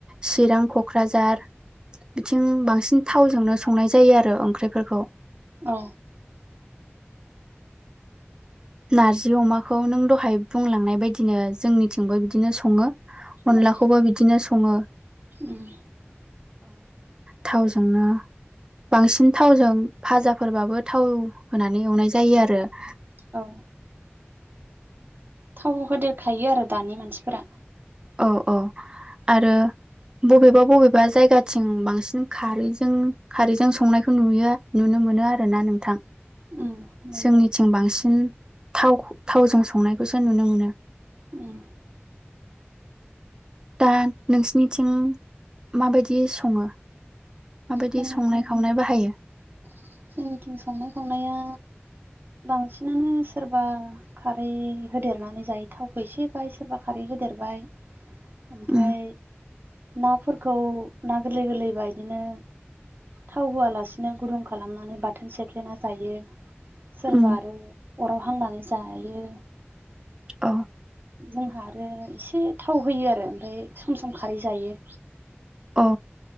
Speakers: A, on the right; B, on the right.
A: चिरां, क'क्राझार बिथिं बांसिन थावजोंनो संनाय जायो आरो ओंख्रिफोरखौ।
B: औ।
A: नारजि अमा खौ नों दहाय बुंलांनाय बायदिनो जोंनिथिंबो बिदिनो सङो। अनलाखौबो
B: उम
A: बिदिनो स ङो।
B: उम
A: थावजोंनो बांसिन थावजों भाजाफोरबाबो थाव होनानै एवनाय जायो आरो। <inaudible>
B: औ थाव होदेरफायो आरो दानि मानसिफोरा
A: औ औ आरो बबेबा बबेबा जायगाथिं बांसिन खारैजों खारैजों संनायखौ नुयो नुनो मोनो आरो ना नोंथां
B: उम नंगौ।
A: जोंनिथिं बांसिन थाव थावजों संनायखौसो नुनो मोनो।
B: ओम
A: दा नोंसिनिथिं माबायदि सङो? माबायदि
B: जोंनिथिं
A: संनाय खावनाय बाहायो
B: <inaudible> जोंनिथिं संनाय खावनाया बांसिनानो सोरबा खारै होदेरनानै जायो थावखौ एसे बाहाय सोरबा खारै होदेरबाय ओमफ्राय
A: उम
B: नाफोरखौ ना गोरलै गोरलैबा बिदिनो थाव होआलासिनो गुदुं खालामनानै बाथोन सेफ्लेना जायो। सोरबा
A: उम
B: आरो अराव हांनानै जायो।
A: औ
B: जोंहा आरो एसे थाव होयो आरो ओमफ्राय सम सम खारै जायो।
A: औ